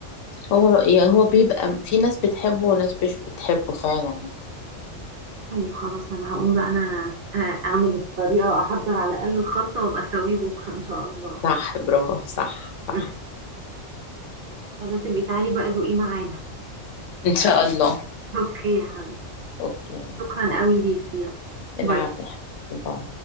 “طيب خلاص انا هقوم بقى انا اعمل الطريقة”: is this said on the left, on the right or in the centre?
Right